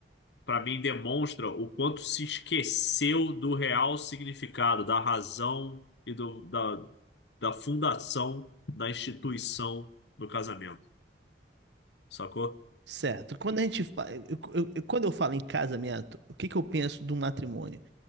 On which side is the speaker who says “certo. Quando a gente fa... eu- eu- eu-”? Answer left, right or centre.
Right